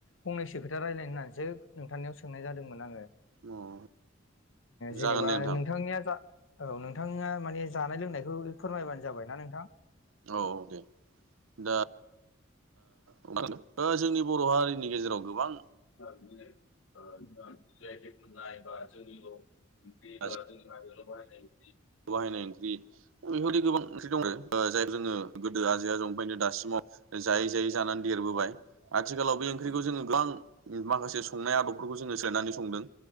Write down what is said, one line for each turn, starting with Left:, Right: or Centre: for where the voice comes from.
Left: फंनैसो खोथा रायलायनो होननानैसो नोंथांनियाव सोंनाय जादोंमोन आङो
Right: अ
Left: जेनेबा
Right: जागोन दे नोंथां
Left: नोंथांनिया जा औ नोंथाङा माने जानाय लोंनायखौ फोरमायबानो जाबायना नोंथां
Right: औ दे दा ओ मा होनो जोंनि बर' हारिनि गेजेराव गोबां
Left: जेकेट मोननाय बा जोंनिल' <unintelligible>
Right: ओंख्रि
Left: बा जोंनि बायनाय जि
Right: बाहायनाय ओंख्रि बेफोरबायदि गोबां ओंख्रि दङो जाय जोङो गोदो आजै आजौनिफ्रायनो दासिमाव जायै जायै जानानै देरबोबाय आथिखालाव बे ओंख्रिखौ जोङो गोबां माखासे संनाय आदब खौबो जोङो सोलायनानै संदों